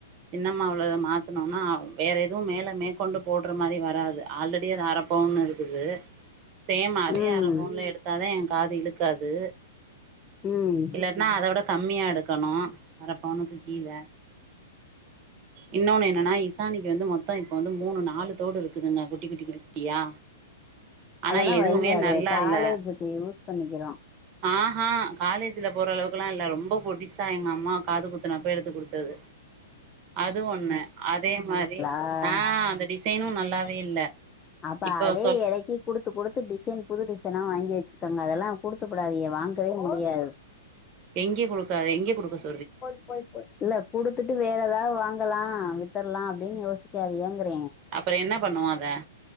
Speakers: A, on the right; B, on the left.
A: தின்னமா உள்ளத மாத்தணும்னா வேற எதுவு மேலே மே கொண்டு போடுற மாரி வராது ஆல்ரெடி அது அரப்பவுன் இருக்குது சேம் அதே
B: உம்
A: அரைபவுன்ல எடுத்தாதா எ காது இழுக்காது
B: ம்
A: இல்லாட்டின்னா அத விட கம்மியா எடுக்கணு அறபவுனுக்கு கீல இன்னொன்னு என்னன்னா இசானிக்கு வந்து மொத்தோ இப்ப வந்து மூணு நாலு தோடு இருக்குதுங்க குட்டி குட்டி குட்டி குட்டியா ஆனா
B: அதெல்லா
A: எதுவுமே
B: வைங்க
A: நல்லா
B: காலேஜ்கு
A: இல்ல
B: யூஸ் பண்ணிக்கிலா
A: ஆஹா காலேஜ்ல போற அளவுக்குல்லா இல்ல ரொம்ப பொடிசா எங்க அம்மா காது குத்துனப்ப எடுத்து குடுத்தது அது ஒண்ணு அதே மாரி
B: ஆ
A: ஆ அந்த டிசைனு நல்லாவே இல்ல
B: அப்ப
A: இப்போ
B: அதே
A: சொல்
B: எடைக்கி குடுத்து குடுத்து டிசைன் புது டிசைனா வாங்கி வெச்சிக்கோங்க அதெல்லா குடுத்துப்புடாதீங்க வாங்கவே முடியாது
A: எங்கே கொடுக்காத இங்க குடுக்கசொல்லு
B: போய் போய் போ இல்ல குடுத்துட்டு வேற ஏதாவது வாங்கலா வித்தர்லா அப்டின்னு யோசிக்காதியேங்கிற
A: அப்பற என்ன பண்ணுவோ அத